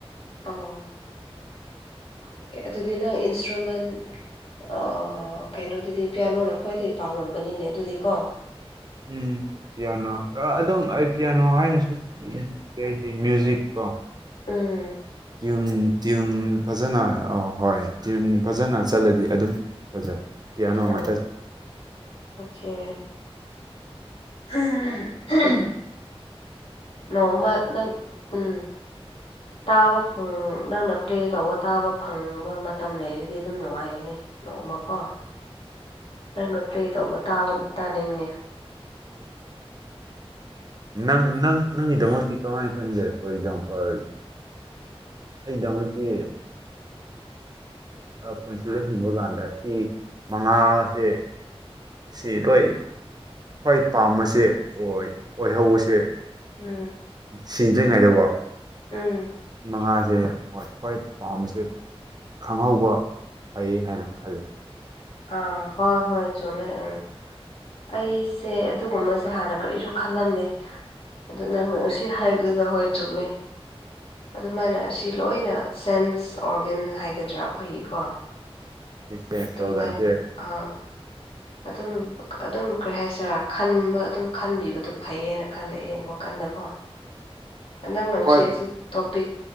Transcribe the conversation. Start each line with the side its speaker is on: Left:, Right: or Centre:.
Left: ꯑꯣ ꯑꯣꯀꯦ ꯑꯗꯨꯗꯤ ꯅꯪ ꯏꯟꯁꯇ꯭ꯔꯨꯃꯦꯟ ꯑꯣ ꯀꯩꯅꯣꯗꯨꯗꯤ ꯄꯤꯌꯥꯅꯣꯅ ꯈ꯭ꯋꯥꯏꯗꯒꯤꯩ ꯄꯥꯝꯂꯝꯝꯕꯅꯤꯅꯦ ꯑꯗꯨꯗꯤꯀꯣ
Right: ꯎꯝ ꯄꯤꯌꯥꯅꯣ ꯑꯗꯨꯝ ꯑꯩ ꯄꯤꯌꯥꯅꯣ ꯍꯥꯏꯅꯁꯨꯉ ꯀꯦꯗꯤ ꯃ꯭ꯌꯨꯖꯤꯛ ꯀꯣ
Left: ꯎꯝ
Right: ꯇ꯭ꯌꯟ ꯇ꯭ꯌꯟ ꯐꯖꯅ ꯑ ꯍꯣꯏ ꯇ꯭ꯌꯟ ꯐꯖꯅ ꯆꯠꯂꯗꯤ ꯑꯗꯨꯝ ꯐꯖꯩ ꯄꯤꯌꯥꯅꯣ
Left: ꯑ ꯑꯣꯀꯦ
Right: ꯉꯥꯛꯇ
Left: ꯎꯝ ꯅꯣꯡꯃꯗ ꯎꯝ ꯇꯥꯕ ꯎ ꯅꯪꯅ ꯄ꯭ꯂꯦ ꯇꯧꯕ ꯇꯥꯕ ꯐꯪꯕ ꯃꯇꯝ ꯂꯩꯔꯗꯤ ꯑꯗꯨꯝ ꯅꯨꯡꯉꯥꯏꯒꯅꯤ ꯅꯣꯡꯃ ꯀꯣ ꯅꯪꯅ ꯄ꯭ꯂꯦ ꯇꯧꯕꯥ ꯇꯥꯅꯤꯡꯉꯦ
Right: ꯅꯪ ꯅꯪ ꯅꯪꯒꯤꯗꯃꯛꯇꯤ ꯀꯃꯥꯏꯅ ꯈꯟꯒꯦ ꯐꯣꯔ ꯑꯦꯛꯖꯥꯝꯄꯜ ꯑꯩꯒꯤꯗꯃꯛꯇꯤ ꯄꯨꯟꯁꯤꯜꯂ ꯍꯤꯡꯕ ꯀꯥꯟꯗ ꯁꯤ ꯃꯉꯥꯁꯦ ꯁꯤ ꯂꯣꯏ ꯈ꯭ꯋꯥꯏ ꯄꯥꯝꯕꯁꯦ ꯑꯣꯏ ꯑꯣꯏꯍꯧꯕꯁꯦ
Left: ꯎꯝ
Right: ꯁꯤꯗ꯭ꯔꯤꯉꯩꯗꯀꯣ
Left: ꯎꯝ
Right: ꯃꯉꯥꯁꯦ ꯍꯣꯏ ꯈ꯭ꯋꯥꯏ ꯄꯥꯝꯕꯁꯦ ꯈꯪꯍꯧꯕ ꯐꯩ ꯍꯥꯏꯅ ꯈꯜꯂꯤ
Left: ꯑꯥ ꯍꯣꯏ ꯍꯣꯏ ꯆꯃꯦ ꯑ ꯑꯩꯁꯦ ꯑꯗꯨꯒꯨꯝꯕꯁꯦ ꯍꯥꯟꯅ ꯀꯔꯤꯁꯨ ꯈꯜꯂꯝꯗꯦ ꯑꯗꯨ ꯅꯪꯅ ꯉꯁꯤ ꯍꯥꯏꯕꯗꯨꯗ ꯍꯣꯏ ꯆꯨꯝꯃꯦ ꯑꯗꯨꯃꯥꯏꯅ ꯑꯁꯤ ꯂꯣꯏꯅ ꯁꯦꯟꯁ ꯑꯣꯔꯒꯦꯟ ꯍꯥꯏꯒꯗ꯭ꯔꯥ ꯑꯩꯈꯣꯏꯒꯤꯀꯣ
Right: <unintelligible>
Left: ꯑꯗꯨꯃꯥꯏꯅ ꯑꯥ ꯑꯗꯨꯝ ꯑꯗꯨꯝ ꯀꯩ ꯍꯥꯏꯁꯤꯔꯥ ꯈꯟꯕ ꯑꯗꯨꯝ ꯈꯟꯕꯤꯕꯗꯨꯣ ꯐꯩꯌꯦꯅ ꯈꯜꯂꯦ ꯑꯩ ꯋꯥꯈꯟꯗꯀꯣ ꯍꯟꯗꯪ ꯅꯪꯁꯦ
Right: ꯍꯣꯏ
Left: ꯑꯁꯤ ꯇꯣꯄꯤꯛ